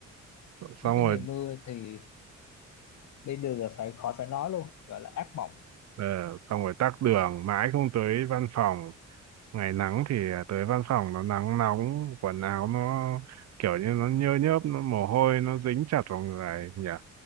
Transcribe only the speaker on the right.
xong
rồi
ờ, xong rồi tắc đường mãi không tới văn phòng ngày nắng thì tới văn phòng nó nắng nóng quần áo nó kiểu như nó nhơ nhớp nó mồ hôi nó dính chặt vào người nhỉ